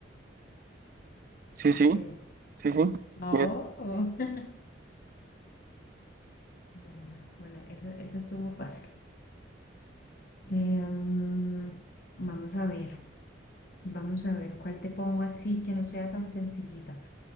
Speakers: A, on the right; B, on the left.
A: Sí, sí,
B: creo.
A: sí, sí.
B: Oh.
A: Mira,
B: <laughs> Bueno, bueno, esa, esa estuvo fácil. Eh, mm, vamos a ver, vamos a ver cuál te pongo así que no sea tan sencillita.